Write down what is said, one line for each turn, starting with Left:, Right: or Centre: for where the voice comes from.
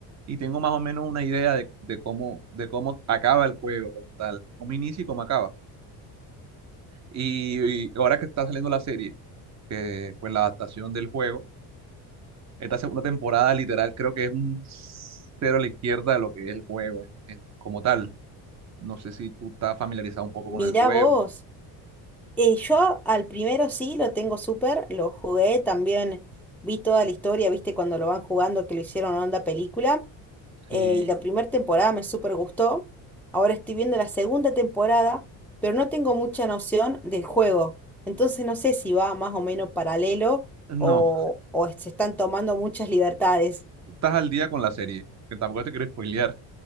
Right: y tengo más o menos una idea de, de cómo, de cómo acaba el juego como tal, cómo inicia y cómo acaba. Y, y ahora que está saliendo la serie, que pues la adaptación del juego, esta segunda temporada literal creo que es un cero a la izquierda de lo que es el juego en- en- como tal. No sé si tú estás familiarizado un poco
Centre: Mirá
Right: con el juego.
Centre: vos. Eh, yo al primero sí lo tengo súper, lo jugué también, vi toda la historia, viste cuando lo van jugando que lo hicieron onda película.
Right: Sí.
Centre: eh, y la primera temporada me súper gustó. Ahora estoy viendo la segunda temporada, pero no tengo mucha noción del juego. Entonces no sé si va más o menos paralelo
Right: No,
Centre: o, o se están tomando muchas libertades.
Right: tú estás al día con la serie, que tampoco te quiero spoilear.